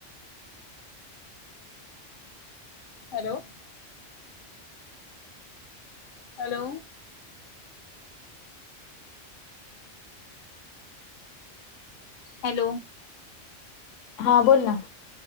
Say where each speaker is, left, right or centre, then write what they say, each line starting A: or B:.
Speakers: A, on the left; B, on the left.
A: हॅलो. हॅलो. हॅलो.
B: हां बोल ना.